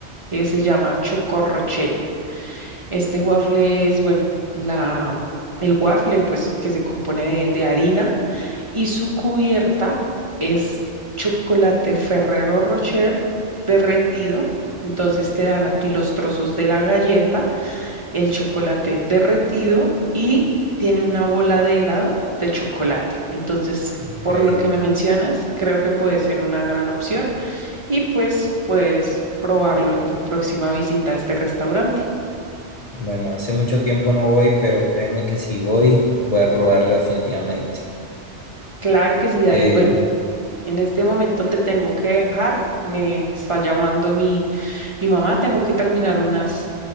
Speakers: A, on the right; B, on the left.
A: que se llama Choco Rochelle. Este waffle es, bueno, la, el waffle pues que se compone de, de harina y su cubierta es chocolate Ferrero Rocher derretido. Entonces te dan a ti los trozos de la galleta el chocolate derretido y tiene una bola de helado de chocolate. Entonces,
B: increíble.
A: por lo que me mencionas, creo que puede ser una gran opción y pues puedes probarlo en tu próxima visita a este restaurante.
B: Bueno, hace mucho tiempo no voy, pero créeme que si voy, voy a probarlo definitivamente.
A: Claro que sí, David.
B: Eh,
A: Bueno, en este momento te tengo que dejar. Me está llamando mi, mi mamá. Tengo que terminar unas,